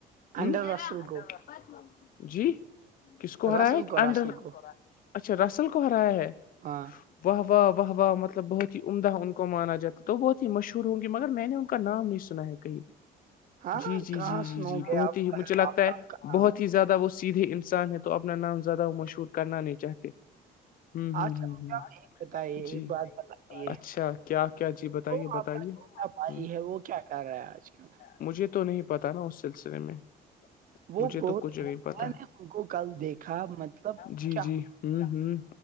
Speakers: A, on the left (about 55°); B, on the right (about 55°).
A: ہ
B: انڈر رسل کو
A: جی کس کو ہرا
B: رسل
A: ہے
B: کو
A: انڈر
B: رسل کو
A: اچھا رسل کو ہرایا ہے
B: ہاں
A: واہ واہ واہ واہ مطلب بہت ہی عمدہ عمدہ کو مانا جا ہے تو بہت ہی مشہور ہوں گی مگر میں نے ان کا نام نہیں سنا ہے کہیں
B: ہاں
A: جی جی
B: کہاں
A: جی جی
B: سنو
A: جی
B: گے
A: بہت
B: آپ
A: ہی
B: صاحب
A: مجھے لگتا
B: آفتاب
A: ہے
B: کا
A: بہت
B: نام
A: ہی زیادہ وہ سیدھے انسان ہے تو اپنا نام زیادہ وہ مشہور کرنا نہیں چاہتے ہوں ہوں
B: آجھا
A: ہوں
B: مجھ
A: ہوں
B: ایک بتائیے
A: جی
B: ایک بات بتائیے
A: اچھا کیا کیا جی بتائیے
B: وہ آپ
A: بتائیے
B: کا چھوٹا بھائی
A: ہ
B: ہے وہ کیا کر رہا آج کل
A: مجھے تو نہیں پتا نا اس سلسلے میں
B: وہ
A: مجھے
B: بہت
A: تو کچھ نہیں پتا
B: نے ان کو کل دیکھا مطلب
A: جی
B: کیا
A: جی ہوں ہوں